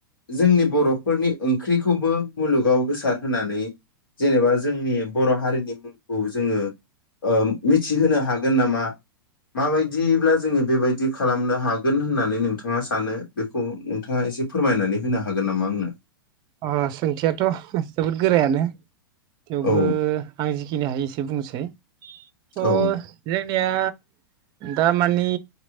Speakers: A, on the left; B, on the right.
A: जोंनि बर'फोरनि ओंख्रिखौबो मुलुगाव गोसार होनानै जेनेबा जोंनि बर' हारिनि मुंखौ जोङो ओ मिथिहोनो हागोन नामा माबायदिब्ला जोङो बेबायदि खालामनो हागोन होननानै नोंथाङा सानो बेखौ नोंथाङा एसे फोरमायनानै होनो हागोन नामा आंनो
B: अ सोंथियाथ' जोबोर गोरायानो थेवबो
A: औ
B: आं जिखिनि हायो से बुंसै
A: औ
B: अ जे निया दामानि